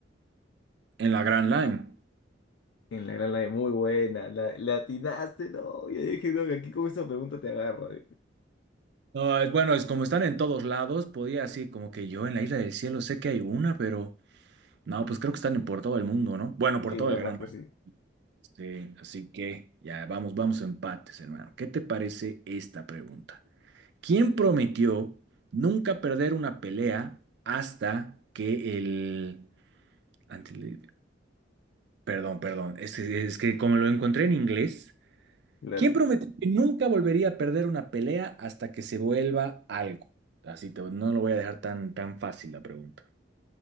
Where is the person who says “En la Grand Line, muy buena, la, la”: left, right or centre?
Left